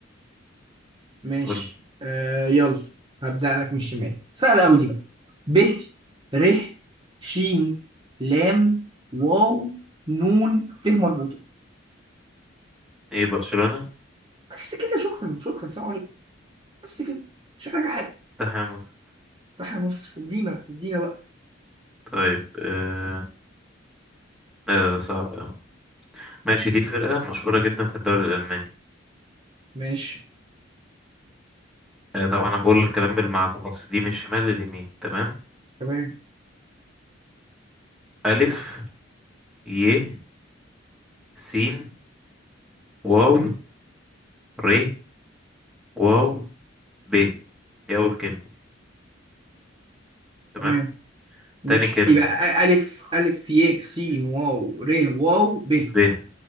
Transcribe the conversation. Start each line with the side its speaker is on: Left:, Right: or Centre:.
Right: ماشي
Centre: قول
Right: آه يلا هبدأ لك من الشمال سهلة أوي دي بقى ب ر ش لام واو نون ت مربوطة
Centre: ايه برشلونة
Right: بس كده شكرا شكرا سلام عليكم بس كده مش محتاجة حاجة
Centre: تحامس
Right: فتح يا مصر ادينا ادينا بقى
Centre: طيب آه... لا لا ده صعب أوي ماشي دي فرقة مشهورة جدا في الدوري الألماني
Right: ماشي
Centre: آه طبعا أنا بقول الكلام بالمعكوس دي من الشمال لليمين تمام
Right: تمام
Centre: ألف ي س واو ر واو ب دي أول كلمة تمام
Right: تمام ماشي
Centre: تاني كلمة
Right: يبقى أ- ألف ألف ي س واو ر واو ب
Centre: ب